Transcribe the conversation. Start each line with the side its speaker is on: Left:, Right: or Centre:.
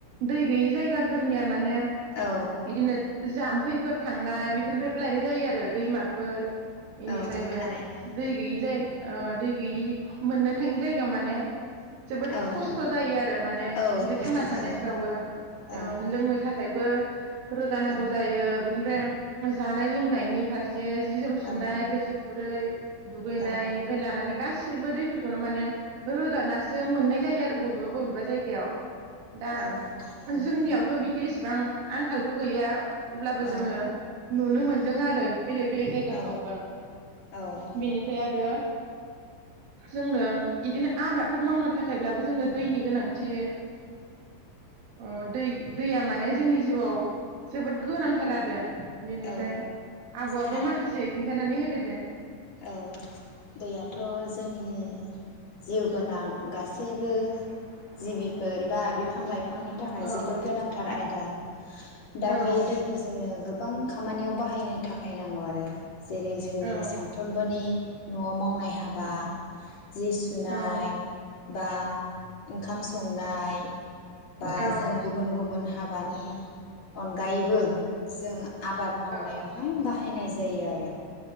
Right: दै गैयि जायगाफोरनिया माने।
Left: औ
Right: बिदिनो जाम्फै। फोर थांनाय बेफोरनिफ्रायबो लायनाय जायो आरो दैमाफोर। बेनिफ्रायबो
Left: औ थारैनो
Right: दै गैयि जाय
Left: औ
Right: ओ दै गैयि मोननो थाङि जायगायाव माने जोबोद
Left: औ
Right: खस्थ जायो आरो माने
Left: औ
Right: बिदि
Left: खस्थ'
Right: थांना
Left: जायो
Right: थानायफ्रावबो
Left: औ
Right: लोंनो थाखाय <inaudible> <unintelligible> रोगानांगौ
Left: औ
Right: जायो बिद ओमफ्राय जानाय लोंनायनि फार जे जि जोम सुनाय
Left: औ
Right: थोरसि खुरै दुगैनायनिफ्राय
Left: औ
Right: लानानै गासिबो दैफोरखौनो माने रोगाना सो मोननाय जायो आरो। बबेबा बबेबा जायगायाव दा
Left: औ थारैनो
Right: जोंनियावथ बिदि बिसिबां आंखालथ गैया अब्लाबो
Left: औ
Right: जोङो नुनो मोनदों आरो बेलेग बेलेग जायगाफ्रावबो
Left: औ औ
Right: बेनिफ्राय आरो जोंनो बिदिनो फोर मावनो थाखायब्ला जोंनो दैनि गोनां। जे अ दै दैया माने जोंनि जिउआव जोबोद गोनांथार आरो । बेनिफ्राय
Left: औ
Right: आब'आबो
Left: थारैनो
Right: माखासे खिन्थानानै होदो थि दे।
Left: औ दैयाथ' जोंनि उम जिउ गोनां गासै गासैबो जिबिफोर <unintelligible> बिफां लाइफांनि थाखाय
Right: औ
Left: जोबोद गोनांथार आय दा दा
Right: औ
Left: बे दैखौ जोंनो गोबां गोबां खामानियाव बाहायनो थाखाय बाहायनांगौ आरो जेरै जोंनि
Right: औ
Left: साम। बोनि न'आव मावनाय हाबा जि सुनाय
Right: औ
Left: बा ओंखाम संनाय, बा
Right: औ
Left: जों गुबुन गुबुन हाबानि अनगायैबो जों आबाद मावनायावहाय
Right: औ
Left: बाहायनाय ज जायो आरो